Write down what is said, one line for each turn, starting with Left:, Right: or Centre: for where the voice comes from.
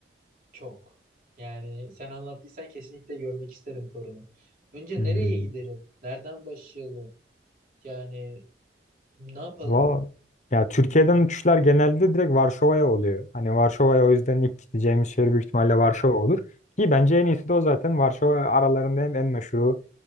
Right: Çok. Yani sen anlattıysan kesinlikle görmek isterim torunu. Önce
Left: Hmm.
Right: nereye gidelim? Nereden başlayalım? Yani ne yapalım?
Left: Valla ya Türkiye'den uçuşlar genelde direkt Varşova'ya oluyor. Hani Varşova'ya o yüzden ilk gideceğimiz şehir büyük ihtimalle Varşova olur. Ki bence en iyisi de o zaten. Varşova aralarında hem en meşhuru